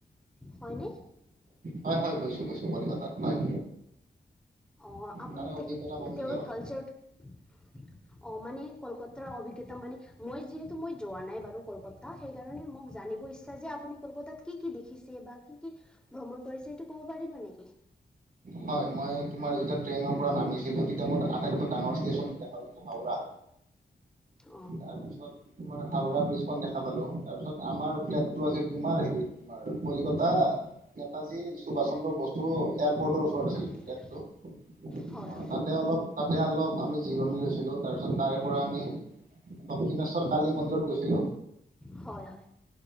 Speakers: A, in the centre; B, on the right (about 60°).
A: হয় নে?
B: হয়, হয় গৈছোঁ গৈছোঁ। কলিকতাত হয়।
A: অঁ, আপুনি
B: তাৰে অভিজ্ঞতা
A: তেখেত,
B: ক'ম নেকি
A: তেওঁৰ
B: অলপ?
A: কালচাৰটো অঁ মানে, কলকাতাৰ অভিজ্ঞতা মানে, মই যিহেতু মই যোৱা নাই বাৰু কলকা তা, সেইকাৰণে মোক জানিব ইচ্ছা যে আপুনি কলকতাত কি কি দেখিছে? বা কি কি ভ্ৰমণ কৰিছে। এইটো ক'ব পাৰিবা নেকি?
B: হয়, মই তোমাৰ যেতিয়া ট্ৰেইনৰ পৰা নামিছিলো তেতিয়া মই আটাইতকৈ ডাঙৰ ষ্টেচনটো দেখা পাইছিলো হাওৰা।
A: <unintelligible>
B: তাৰ পিছত তোমাৰ হাওৰা ব্ৰিজখন দেখা পালো তাৰপিছত আমাৰ ফ্লেটটো আছিল তোমাৰ হেৰিত তোমাৰ কলিকতা নেতাজী সুভাষ চন্দ্ৰ বসু এয়াৰপৰ্টৰ <unintelligible>
A: হয় হয় হয় হয়
B: তাতে অলপ তাতে অলপ আমি জিৰণি লৈছিলো তাৰপিছত তাৰে পৰা আমি দক্ষিণেশ্বৰ কালি মন্দিৰত গৈছিলো
A: হয় হয়।